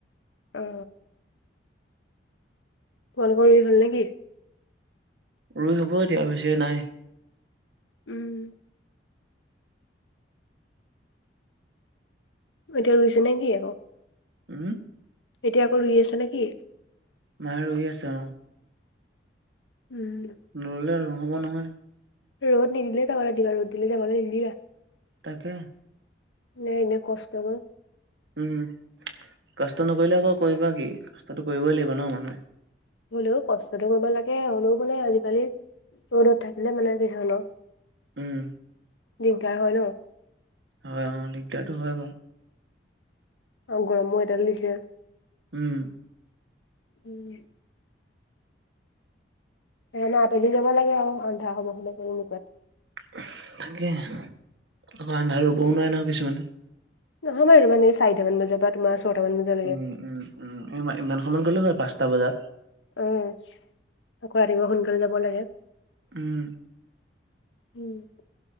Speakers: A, on the left; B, on the right.
A: অ। তোমালোক <unintelligible> হল নেকি।
B: ৰুই হ'ব এতিয়া বেছিকে নাই।
A: উম। এতিয়া ৰুইছে নে কি আকৌ?
B: উম।
A: এতিয়া আকৌ ৰুই আছে নে কি?
B: মায়ে ৰুই আছে অ।
A: উম।
B: নৰুলে নহ'ব নহয়।
A: ৰ'দ নিদিলে যাবলে দিবা, ৰদ দিলে যাবলে নিদিবা।
B: তাকে।
A: নাই এনেই কষ্টবোৰ
B: উম কষ্ট নকৰিলে আকৌ কৰিবা কি কষ্টটো কৰিবই লাগিব ন মানুহে।
A: হলেও কষ্টটো কৰিব লাগে, হ'লেও মানে আজিকালি <unintelligible> থাকিলে মানে যি ধৰনৰ।
B: উম
A: দিগদাৰ হয় ন।
B: হয় অ দিগদাৰটো হয় বাওঁ।
A: অ গৰম কৰি তেল দিছে।
B: উম। <inaudible>
A: উম সেইকাৰণে আঁতৰেদি যাব লাগে আৰু আন্ধা সময় <unintelligible>
B: তাকে আকৌ আন্ধা ৰুবও নোৱাৰে নহয় কিছুমানে।
A: নহয় আৰু মানে চাৰিটা মান বজা পাত তোমাৰ ছয়টামান বজাত।
B: উম উম উম ইমান সময়ত গ'লো হয় পাঁচটা বজাত।
A: উম আকৌ ৰাতিৰ সোনকালে যাব লাগে।
B: উম।
A: <inaudible>